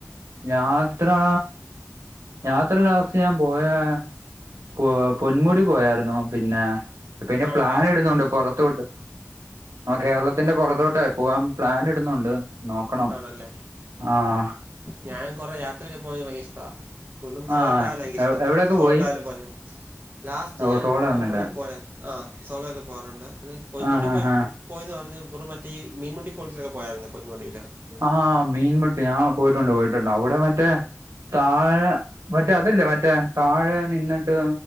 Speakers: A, on the right (about 85°); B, on the right (about 40°).
A: യാത്രാ യാത്ര ലാസ്റ്റ് ഞ്ഞാപോയാ പൊ പൊന്മുടി പോയായിരുന്നു. പിന്നെ പിന്നെ
B: ആണല്ലേ
A: പ്ലാനിടുന്നുണ്ട് പൊറത്തോട്ട്. ആഹ് കേരളത്തിന്റെ പൊറത്തോട്ടേ പോവാൻ പ്ലനിടുന്നുണ്ട്, നോക്കണം.
B: ആണല്ലേ
A: ആഹാ
B: ഞാൻ കൊറെ യാത്രൊക്കെ പോകയിക്ക് ഭയങ്കര ഇഷ്ടവാ കൂടുതലും
A: ആ
B: സോളോട്ടായെനിക്കിശ്ടം,
A: എവിടെയൊക്കെ
B: സോളട്ടാവാല്
A: പോയി
B: പോവാനാ ലാസ്റ്റ്
A: ഓ
B: ഞാൻ
A: സോളോ
B: പൊന്മുടി
A: ആന്നല്ലേ
B: പോയായിരുന്നു. ആഹ്, സോളൊക്കെ പോവാറുണ്ട്. പിന്നെ പൊന്മുടി
A: ആഹ് ആഹ്
B: പോയ യെന്ന പറഞ്ഞാ ബ്രോ മറ്റെയ് മീൻമുട്ടി ഫോൾസിലൊക്കെ പോയായിരുന്നൊ പൊൻമുടിയില്.
A: ആഹ, മീൻമുട്ടി, ആഹാ പോയിട്ടുണ്ട് പോയിട്ടുണ്ട്. അവിടെ മറ്റെ.. താഴെ മറ്റെ അതല്ലേ മറ്റെ? താഴെ നിന്നി... ട്ട്